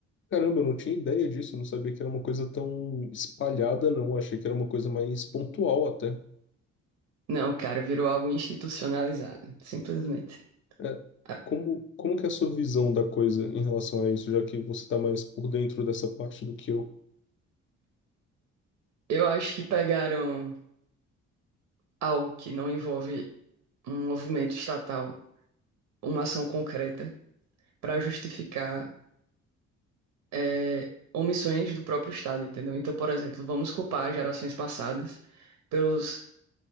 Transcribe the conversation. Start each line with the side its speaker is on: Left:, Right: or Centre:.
Left: Caramba, eu não tinha ideia disso, eu não sabia que era uma coisa tão espalhada, não. Achei que era uma coisa mais pontual até.
Right: Não, cara, virou algo institucionalizado, simplesmente.
Left: É,
Right: Ah,
Left: como, como que é a sua visão da coisa em relação a isso, já que você está mais por dentro dessa parte do que eu?
Right: Eu acho que pegaram algo que não envolve um movimento estatal, uma ação concreta, para justificar é, omissões do próprio Estado, entendeu? Então, por exemplo, vamos culpar gerações passadas pelos